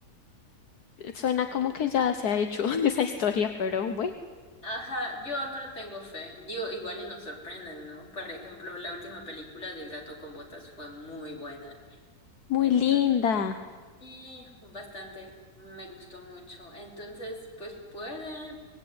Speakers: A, on the left (about 70°); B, on the left (about 45°).
A: Suena como que ya se ha hecho <laughs> esa historia, pero bueno,
B: Ajá, yo no le tengo fe. Digo, igual y nos sorprenden, ¿no? Por ejemplo, la última película del Gato con Botas fue muy buena.
A: muy
B: Entonces,
A: linda.
B: y bastante, me gustó mucho. Entonces, pues puede,